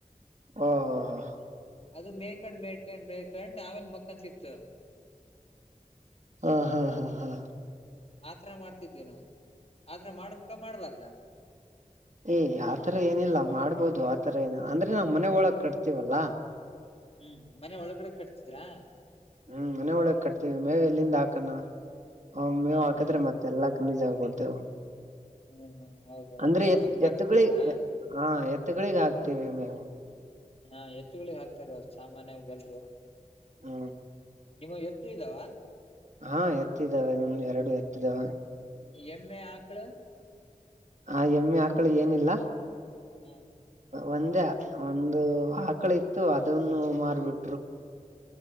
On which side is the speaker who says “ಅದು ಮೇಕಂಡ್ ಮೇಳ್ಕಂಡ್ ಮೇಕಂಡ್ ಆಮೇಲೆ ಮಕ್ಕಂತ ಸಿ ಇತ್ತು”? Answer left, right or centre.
Left